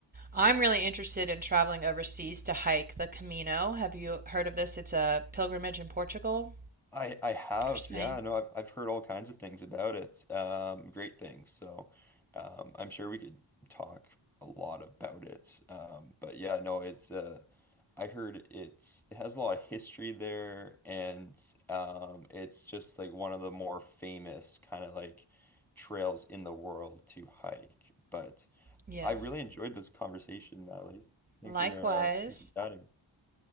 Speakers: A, on the right; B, in the centre.
A: I'm really interested in traveling overseas to hike the Camino. Have you heard of this? It's a pilgrimage in Portugal
B: I I have,
A: or Spain.
B: yeah, no, I've I've heard all kinds of things about it, um, great things. So um, I'm sure we could talk a lot about it. Um, but yeah, no, it's uh, I heard it's it has a lot of history there, and um, it's just like one of the more famous kind of like trails in the world to hike. But
A: Yes.
B: I really enjoyed this conversation, Natalie. Thanks
A: Likewise.
B: for uh, thanks for chatting.